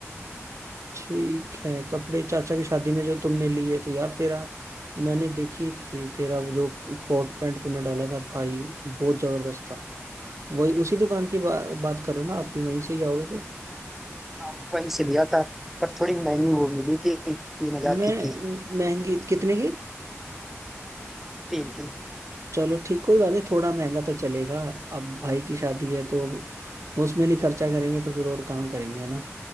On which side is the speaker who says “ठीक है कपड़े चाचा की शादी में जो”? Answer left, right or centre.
Right